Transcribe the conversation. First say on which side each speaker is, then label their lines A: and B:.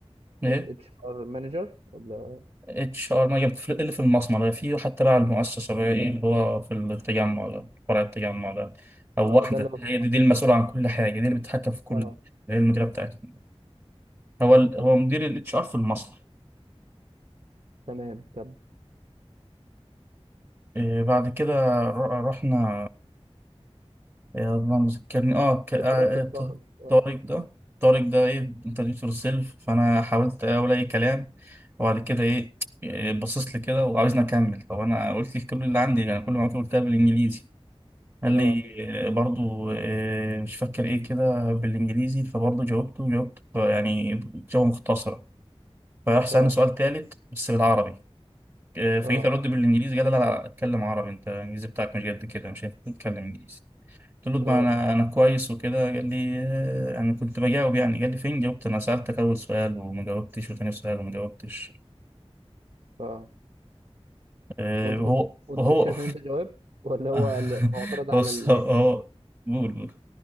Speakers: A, on the right; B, on the right.
A: إيه
B: اتش ار مانجر ولا
A: اتش ار ما جبت في- اللي في المصنع ده في حتى بقى المؤسسة بقى إيه اللي هو في التجمع ده فرع التجمع ده أو
B: اه
A: واحدة
B: ده اللي هو
A: هي
B: في
A: دي,
B: مصر
A: دي المسؤولة عن كل حاجة دي اللي بتتحكم في كل
B: اه
A: هي المديرة بتاعتنا هو ال-
B: تمام
A: هو مدير الاتش ار في المصنع
B: تمام كمل
A: إيه، بعد كده ر- رحنا يا الله ما ذكرني اه ك- آه،
B: وترتب
A: آه، ط-
B: طارق اه
A: طارق ده طارق ده ايه انترنت يور سيلف فانا حاولت اقول اي كلام وبعد كده ايه إيه، باصص لي كده وعاوزني اكمل طب انا قلت لك كل اللي عندي انا كل ما قلتها بالانجليزي قال لي
B: اه
A: آه، برضو آه، مش فاكر ايه كده بالانجليزي فبرضو جاوبته جاوبت يعني جواب مختصرة فراح سألني
B: اه
A: سؤال تالت بس بالعربي آه، فجيت
B: اه
A: ارد بالانجليزي قال لا لا اتكلم عربي انت الانجليزي بتاعك مش قد كده مش هتتكلم انجليزي قلت له ما
B: اه
A: انا انا كويس وكده قال لي آه، انا كنت بجاوب يعني قال لي فين جاوبت انا سالتك اول سؤال وما جاوبتش وتاني سؤال وما جاوبتش
B: اه
A: آه،
B: وانت
A: وهو
B: كنت وانت
A: وهو
B: كنت شايف ان انت جاوبت ولا هو
A: <laughs>
B: ال- معترض على
A: بص
B: ال...
A: هو
B: ال-
A: هو- قول قول